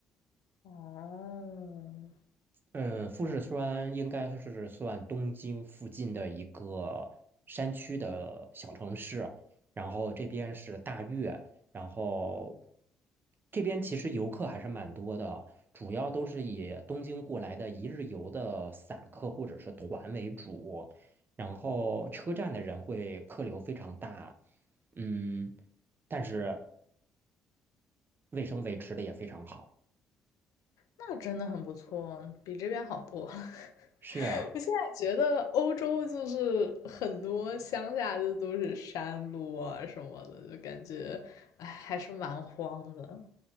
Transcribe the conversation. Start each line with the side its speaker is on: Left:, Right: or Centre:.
Left: 哦，
Right: 嗯，富士山应该是算东京附近的一个山区的小城市，然后这边是大月，然后这边其实游客还是蛮多的，主要都是以东京过来的一日游的散客或者是团为主，然后车站的人会客流非常大，嗯，但是卫生维持的也非常好，
Left: 那真的很不错，比这边好多。<laughs>
Right: 是啊，
Left: 我现在觉得欧洲就是很多乡下就都是山路啊什么的，就感觉哎还是蛮荒的。